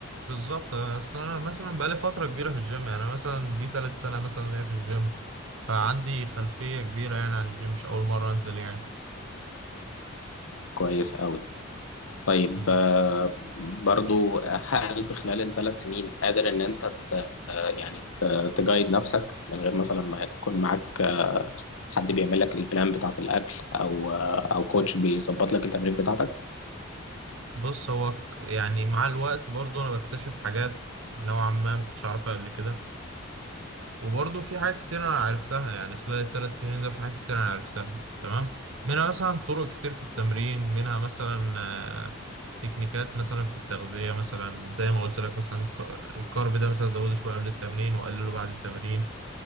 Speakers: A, on the right; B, on the left.
A: بالظبط اصل انا مثلا بقالي فتره كبيره في الجيم يعني انا مثلا دي تالت سنه مثلا ليا في الجيم فعندي خلفيه كبيره يعني عن الجيم مش اول مره انزل يعني
B: كويس قوي طيب
A: مم.
B: آه، برضو هل في خلال الثلاث سنين قادر ان انت ت- يعني ت- تجايد نفسك من غير مثلا ما تكون معاك حد بيعمل لك البلان بتاعت الاكل او او كوتش بيظبط لك التمرين بتاعتك
A: بص هو ك- يعني مع الوقت برضو انا بكتشف حاجات نوعا ما ما كنتش اعرفها قبل كده وبرضه في حاجات كتير انا عرفتها يعني خلال الثلاث سنين ده في حاجات كتير انا عرفتها تمام منها مثلا طرق كتير في التمرين منها مثلا آه، تكنيكات مثلا في التغذية مثلا زي ما قلت لك مثلا ك- الكارب ده مثلا زوده شوية قبل التمرين وقلله بعد التمرين